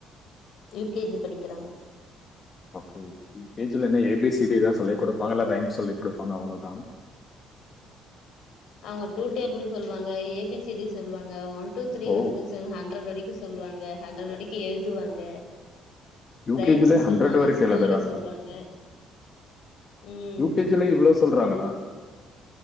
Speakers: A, on the left; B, on the left.
A: யு கே ஜி படிக்கிறாங்க
B: கே ஜி ல என்ன ஏ பி சி டி தா குடுப்பாங்க இல்ல ரைம்ஸ் சொல்லி குடுப்பாங்க அவ்வளோதா
A: அவங்க டூ டேபிள் சொல்லுவாங்க ஏ பி சி டி சொல்லுவாங்க ஒன் டூ த்ரீ
B: ஓ
A: வந்து ஸ் ஹண்ரட் வரைக்கு சொல்லுவாங்க ஹண்ரட் வரைக்கு எழுதுவாங்க
B: யூ
A: ரைம்ஸ்
B: கே ஜி ல ஹண்ட்ரட்
A: சொல்லுவாங்க
B: வரைக்கு
A: ஸ்டோரி
B: எழுதுறாங்களா
A: சொல்லுவாங்க ம்
B: யூ கே ஜி ல இவ்ளோ சொ சொல்றாங்களா